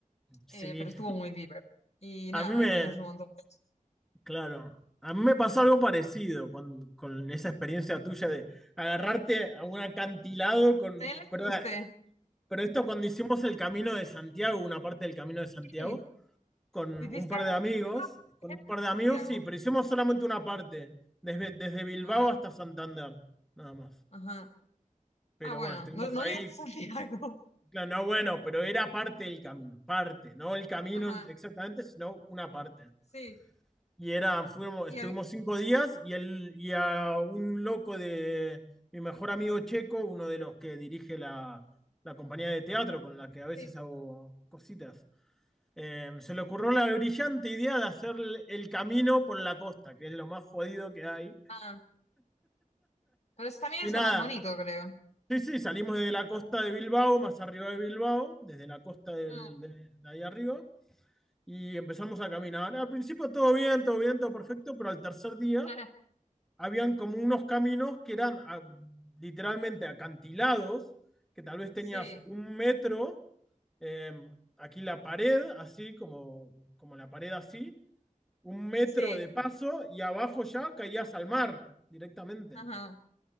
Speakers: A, in the centre; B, on the left.
A: Sí.
B: eh, pero estuvo muy deeper. Y
A: A
B: nada,
A: mí me,
B: y comimos un montón de... cosas.
A: claro, a mí me pasó algo parecido con, con esa experiencia tuya de agarrarte a un acantilado con,
B: ¿Qué le
A: pero
B: hiciste?
A: Pero esto cuando hicimos el Camino de Santiago, una parte del Camino de Santiago,
B: Sí.
A: con
B: ¿Hiciste?
A: un par de amigos,
B: No,
A: con un par de amigos,
B: Santiago.
A: sí, pero hicimos solamente una parte, desde, desde Bilbao
B: Ah,
A: hasta Santander, nada más.
B: ajá.
A: Pero
B: Ah, bueno,
A: bueno, estuvimos
B: no, no
A: ahí,
B: llegaste a Santiago.
A: claro, no bueno, pero era parte del camino, parte, no el camino
B: <laughs> Ajá,
A: exactamente, sino una parte.
B: sí.
A: Y era, fuimos,
B: Y
A: estuvimos
B: a-
A: cinco días y, el, y a un loco de mi mejor amigo checo, uno de los que dirige la, la compañía de teatro con la que a veces
B: sí.
A: hago cositas Eh, se le ocurrió la brillante idea de hacer el- camino por la costa, que es lo más jodido que hay.
B: Ah, pero eso también
A: Y
B: es
A: nada,
B: lo más bonito, creo.
A: sí, sí, salimos desde la costa de Bilbao, más arriba de Bilbao, desde la costa del-
B: Mm,
A: de, de ahí arriba, y empezamos a caminar. Al principio todo bien, todo bien, todo perfecto, pero al tercer día
B: <laughs>
A: habían como unos caminos que eran ah, literalmente acantilados, que tal vez tenías
B: Sí,
A: un metro, eh, aquí la pared, así como, como la pared así un metro
B: sí.
A: de paso y abajo ya caías al mar directamente.
B: Ajá,